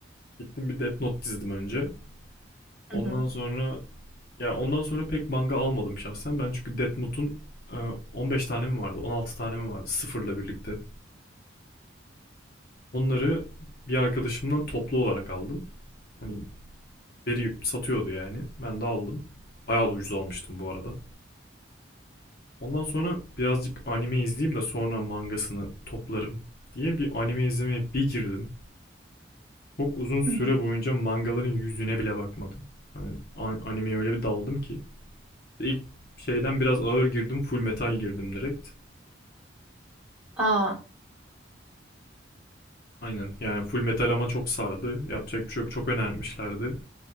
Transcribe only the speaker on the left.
Gittim bir Death Note dizdim önce. Ondan
sonra ya ondan sonra pek manga almadım şahsen. Ben çünkü Death Note'un e, 15 tane mi vardı, 16 tane mi vardı sıfırla birlikte. Onları bir arkadaşımdan toplu olarak aldım. Hani biri satıyordu yani. Ben de aldım. Bayağı da ucuz almıştım bu arada. Ondan sonra birazcık anime izleyeyim de sonra mangasını toplarım diye bir anime izlemeye bir girdim. Çok uzun süre
boyunca mangaların yüzüne bile bakmadım. Yani an- animeye öyle bir daldım ki. İlk şeyden biraz ağır girdim, full metal girdim direkt.
Aynen yani full metal ama çok sardı. Yapacak bir şey yok, çok önermişlerdi.